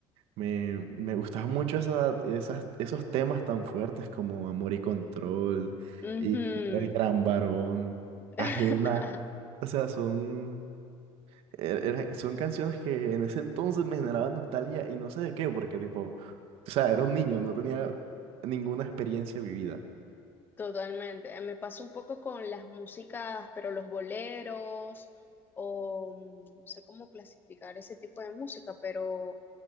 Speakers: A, on the right (about 60°); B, on the left (about 20°).
A: Me, me gustaban mucho esa- esas, esos temas tan fuertes como Amor y Control
B: Ujú.
A: y El Gran Varón,
B: <laughs>
A: Ajena. O sea, son, er- era- son canciones que en ese entonces me generaban nostalgia y no sé de qué, porque tipo, o sea, era un niño, no tenía ninguna experiencia vivida.
B: Totalmente. Eh, Me pasa un poco con las músicas, pero los boleros, o mm, no sé cómo clasificar ese tipo de música, pero